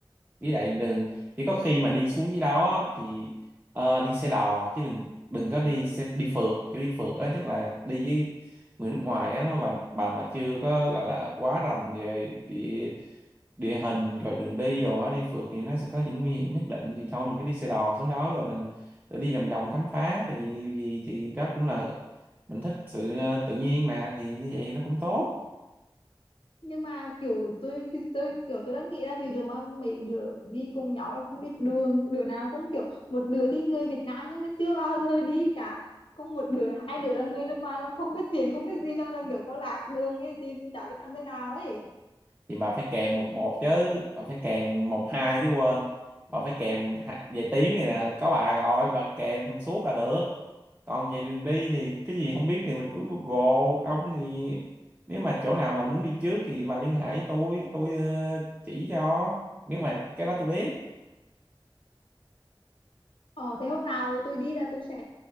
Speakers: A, on the right; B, on the left.
A: với lại đừng chỉ có khi mà đi xuống dưới đó thì ờ, đi xe đò chứ đừng đừng có đi xe đi phượt kiểu đi phượt á tức là đi với người nước ngoài á và bà mà chưa có gọi là quá rành về địa địa hình rồi đường đi đồ á đi phượt thì nó sẽ có những nguy hiểm nhất định thì thôi mình cứ đi xe đò xuống đó rồi mình tự đi vòng vòng khám phá tại vì gì thì đó cũng là mình thích sự ờ, tự nhiên mà thì như vậy thì nó cũng tốt
B: nhưng mà kiểu tôi tôi kiểu tôi đang nghĩ là ví dụ mà mấy đứa đi cùng nhau là không biết đường đứa nào cũng kiểu một đứa thì người Việt Nam nhưng mà chưa bao giờ đi cả không một đứa hai đứa là người nước ngoài còn không biết tiền không biết gì xong rồi kiểu có lạc đường hay gì thì chả biết làm thế nào ấy
A: thì bà phải kèm một một chứ bà phải kèm một hai chứ quên bà phải kèm hạ- về tiếng này là có bà rồi bà kèm suốt là được còn về đường đi thì cái gì không biết thì mình cứ Google không thì nếu mà chỗ nào mà muốn đi trước thì bà liên hệ với tôi tôi ờ, chỉ cho nếu mà cái đó tôi biết
B: Ờ, thế hôm nào tôi đi là tôi sẽ